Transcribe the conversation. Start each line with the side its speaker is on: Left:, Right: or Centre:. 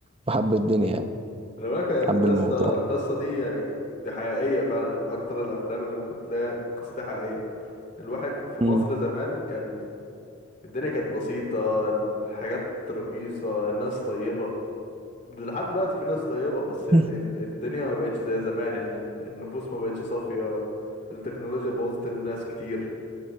Right: وحب الدنيا يعني
Left: خلي بالك هي القصه
Right: حب الموضوع
Left: القصه دي يعني دي حقيقيه فعلا يعني من اكتر الافلام اللي ممكن تلاقي القصه دي حقيقيه الواحد في
Right: امم
Left: مصر زمان كان الدنيا كانت بسيطه الحاجات رخيصه الناس طيبه لحد دلوقتي في ناس طيبة بس ال
Right: <laughs>
Left: ال الدنيا ما بقتش زي زمان يعني ال- النفوس ما بقتش صافية التكنولوجيا بوظت الناس كتير